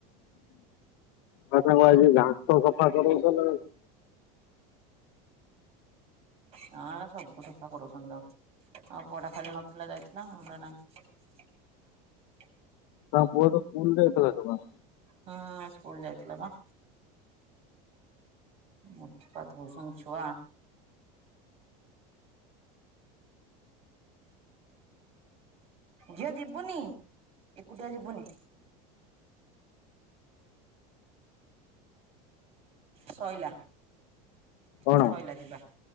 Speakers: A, on the left; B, on the right.
A: ଆ ତାଙ୍କୁ ଆଜି ଦାନ୍ତ ସଫା କରେଇବେ
B: ହଁ ହେରା ସବୁ ସଫା କରୁଛନ ତ ଆଉ ପୁଆ ଟା ଖାଲି ନଥିଲା ଯାଇଥିଲା ନ ନାଇ <unintelligible> ି
A: ତା ପୁଅ ତ ସ୍କୁଲ ଯାଇଥିଲା ସକାଳେ
B: ହୁଁ ଆ ସ୍କୁଲ ଯାଇଥିଲା ପା ମୁତୁପାତ ହଉଛନ୍ତି ଛୁଆ ଝିଅ ଯିବୁନି ଏକୁଟିଆ ଯିବୁନି ଶଇଲା
A: କଣ
B: ଶଇଲା ଯିବା